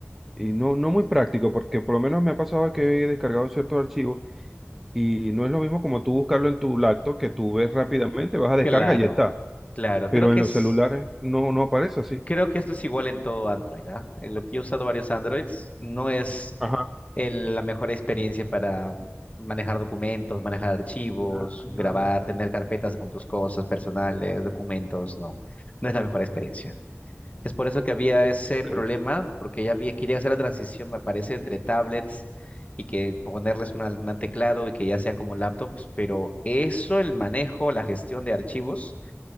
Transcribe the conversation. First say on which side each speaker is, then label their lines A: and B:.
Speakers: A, in the centre; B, on the left (about 30°).
A: y no, no muy práctico, porque por lo menos me ha pasado que he descargado ciertos archivos. Y no es lo mismo como tú buscarlo en tu lacto que tú ves rápidamente, vas a descarga
B: Claro,
A: y ya está.
B: claro. Creo
A: Pero
B: que
A: en los
B: es,
A: celulares no, no aparece así.
B: creo que esto es igual en todo Android, ¿ah? En lo que yo he usado varios Androids, no es
A: Ajá.
B: el- la mejor experiencia para manejar documentos, manejar archivos,
A: Ah,
B: grabar, tener carpetas con tus cosas personales, documentos, no, no es la mejor experiencia. Es por eso que había ese
A: ok.
B: problema, porque ya había, quería hacer la transición, me parece, entre tablets y que ponerles una, un teclado y que ya sean como laptops, pero eso, el manejo, la gestión de archivos.